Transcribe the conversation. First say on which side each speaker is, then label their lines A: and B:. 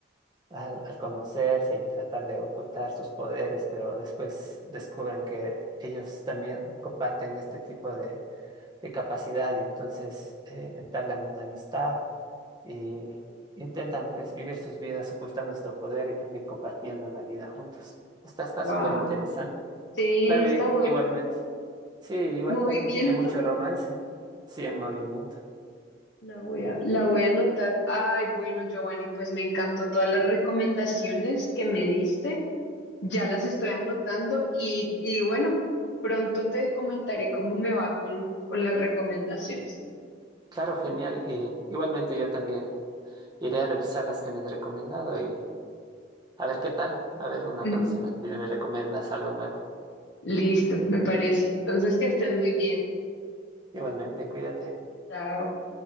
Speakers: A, on the right; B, on the left.
A: al, al conocerse y tratar de ocultar sus poderes, pero después descubren que ellos también comparten este tipo de, de capacidad y entonces eh, entablan una amistad y intentan pues vivir sus vidas ocultando este poder y también compartiendo la vida juntos. Está, está
B: wow.
A: súper interesante.
B: Sí,
A: Claro,
B: está
A: y-
B: buena.
A: igualmente. Sí, igual
B: Movimiento,
A: también tiene mucho romance. Sí, en movimiento.
B: la voy a,
A: Ah,
B: la voy a anotar. Ay, bueno, Giovanni, pues me encantó todas las recomendaciones que me diste. Ya las estoy anotando y, y bueno, pronto te comentaré cómo me va con, con las recomendaciones.
A: Claro, genial. Eh, igualmente yo también iré a revisar las que me has recomendado y A ver qué tal, a ver una
B: <laughs>
A: próxima si me recomiendas algo nuevo.
B: Listo, me parece. Entonces, que estés muy bien.
A: Igualmente, cuídate.
B: Chao.